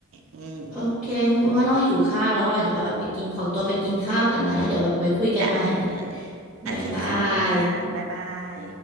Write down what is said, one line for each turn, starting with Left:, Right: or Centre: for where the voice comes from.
Right: อืม
Centre: โอเคคุณอ้วนอ้อหิวข้าวแล้วอ่ะเดี๋ยวอ้อแบบไปกินขอตัวไปกินข้าวก่อนนะแล้วเดี๋ยวแบบไว้คุยกันใหม่
Right: ได้เลยโอเคค่ะ
Centre: บ๊ายบาย
Right: บ๊ายบาย